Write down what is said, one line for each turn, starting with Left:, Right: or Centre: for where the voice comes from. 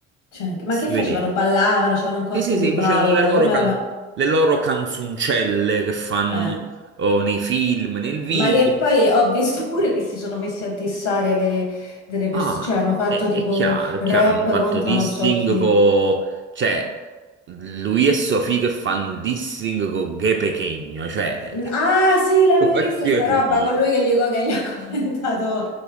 Left: Cioè, ma
Right: Si
Left: che facevano?
Right: vedeva.
Left: Ballavano, c'avevano un corpo
Right: Sì, sì,
Left: di
Right: sì,
Left: ballo,
Right: facevano le loro,
Left: come
Right: can- le loro canzoncelle che fanno
Left: era?
Right: oh, nei film, nel video.
Left: Ma che poi eh, ho visto pure che si sono messi a dissare de- delle persone,
Right: Ah,
Left: cioè hanno fatto
Right: è,
Left: tipo
Right: è chiaro, è
Left: rap
Right: chiaro, hanno fatto
Left: contro
Right: dissing
Left: non so chi.
Right: con... cioè, lui e Sofì che fanno il dissing con Ghe Pechegno, cioè...
Left: N- Ah
Right: <laughs>
Left: sì, l'avevo
Right: voglio
Left: vista sta
Right: dire.
Left: roba con lui che gli, co- che gli <laughs> ha commentato